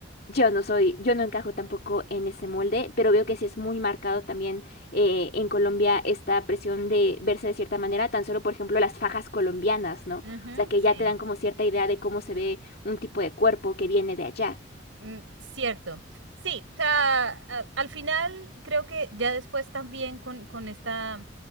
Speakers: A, on the left (about 50°); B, on the right (about 85°).
A: yo no soy, yo no encajo tampoco en ese molde, pero veo que sí es muy marcado también eh, en Colombia esta presión de verse de cierta manera, tan solo, por ejemplo, las fajas colombianas, ¿no? O
B: ujú,
A: sea, que
B: Sí.
A: ya te dan como cierta idea de cómo se ve un tipo de cuerpo que viene de allá.
B: Mm, cierto. Sí, o sea, a- al final creo que ya después también con, con esta,